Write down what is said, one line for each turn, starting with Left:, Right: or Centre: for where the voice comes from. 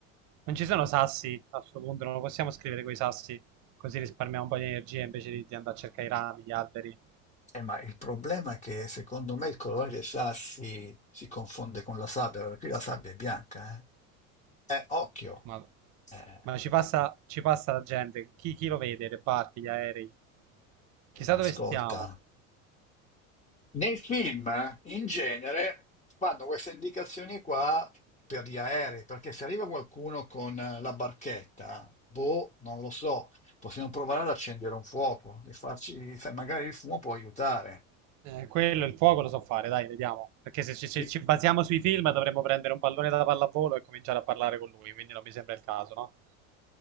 Right: Non ci sono sassi a questo punto, non lo possiamo scrivere coi sassi, così risparmiamo un po' di energia invece di, di andare a cercare i rami, gli alberi.
Left: Eh, ma il problema è che secondo me il colore dei sassi si confonde con la sabbia, perché qui la sabbia è bianca, eh? Eh, occhio.
Right: Ma
Left: Eh.
Right: Ma ci passa, ci passa la gente, chi, chi lo vede, le barche, gli aerei. Chissà
Left: Eh, Ascolta,
Right: dove stiamo.
Left: Nei film, in genere, fanno queste indicazioni qua per gli aerei, perché se arriva qualcuno con eh, la barchetta, boh, non lo so, possiamo provare ad accendere un fuoco e farci, sai, magari il fumo può aiutare.
Right: Eh, quello, il fuoco lo so fare, dai, vediamo. Perché se ci, se
Left: Sì.
Right: ci basiamo sui film dovremmo prendere un pallone da pallavolo e cominciare a parlare con lui, quindi non mi sembra il caso, no?